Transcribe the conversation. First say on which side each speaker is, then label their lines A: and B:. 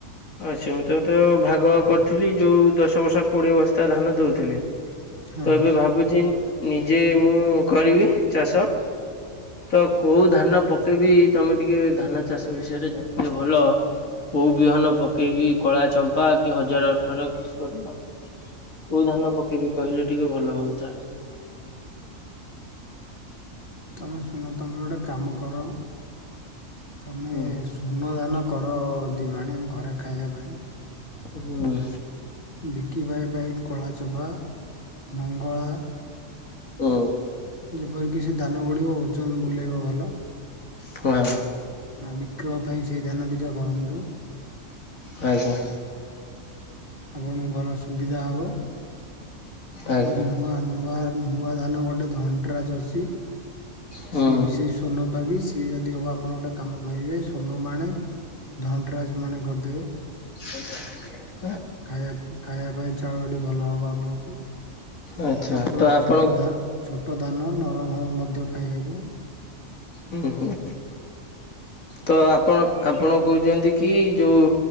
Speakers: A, on the left; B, on the left.
A: ଆଁ ସେମତା ତ ଭାଗ କରିଥିଲି ଯୋଉ ଦଶ ବସ୍ତା କୋଡ଼ିଏ ବସ୍ତା ଧାନ ଦଉଥିଲେ।
B: ହଁ
A: ତ ଏବେ ଭାବୁଚି ନିଜେ ମୁଁ କରିବି ଚାଷ। ତ କୋଉ ଧାନ ପକେଇବି ତମେ ଟିକେ ଧାନ ଚାଷ ବିଷୟରେ ଜାଣିଛ ଭଲ। କୋଉ ବିହନ ପକେଇବି କଳା ଚମ୍ପା କି ହଜାର ଅଠର କି ସ୍ଵର୍ଣ୍ଣ। କୋଉ ଧାନ ପକେଇବି କହିଲେ ଟିକେ ଭଲ ହୁଅନ୍ତା।
B: ତମେ ଶୁଣ ତମେ ଗୋଟେ କାମ କର ତମେ
A: ହୁଁ।
B: ସୁ ସ୍ଵର୍ଣଧାନ କର ଦି ମାଣେ ଘରେ ଖାଇବା ପାଇଁ।
A: ହୁଁ।
B: ବିକିବାଏ ପାଇଁ କଳାଚମପା ମଙ୍ଗଳା
A: ହୁଁ।
B: ଯେପରିକି ସେ ଧାନ ଗଡିବ ଓଜନ ବୁଲେଇବ ଭଲ।
A: ଫୁଆଁ
B: ହଁ ବିକ୍ରୟ ପାଇଁ ସେଇ ଧାନ ଦୁଇଟା କରନ୍ତୁ।
A: ଆଉ କଣ?
B: ଆପଣଙ୍କୁ ଭଲ ସୁବିଧା ହେବ
A: ଆଜ୍ଞା
B: ଏବଂ ନୂଆ ନୂଆ ନୂଆ ଧାନ ଗୋଟେ ଧନ୍ତାସ ଅଛି,
A: ହୁଁ।
B: ସିଏବି ସେଇ ସଵର୍ଣ୍ଣପାଗି ସିଏ ଯଦି ହେବ ଆପଣ ଗୋଟେ କାମ କରିବେ ସ୍ଵର୍ଣ୍ଣମାଣେ ଧନରାଜ ମାଣେ କରିଦେବେ।
A: ସେଇ ଜ
B: ଖାଇବା ଖାଇବା ପାଇଁ ଚାଉଳଟି ଭଲ ହବ ଆପଣଙ୍କୁ।
A: ଆଚ୍ଛା
B: ଛୋଟ
A: ତ ଆପଣ
B: ଛୋଟ ଧା ଛୋଟ ଧାନ ନରମ ହେବ ମଧ୍ୟ ଖାଇବାକୁ
A: ହୁଁ ହୁଁ ତ ଆପଣ ଆପଣ କହୁଛନ୍ତି କି ଯୋଉ